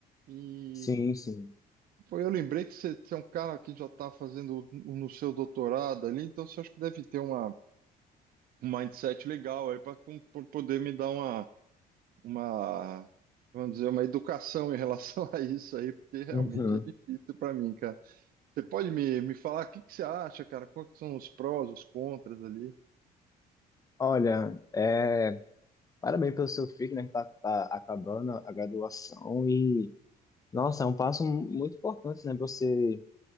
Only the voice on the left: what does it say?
Sim, sim.
Uhum.
Olha, é, parabéns pelo seu filho, né, que tá, tá acabando a graduação e, nossa, é um passo muito importante, né? Você,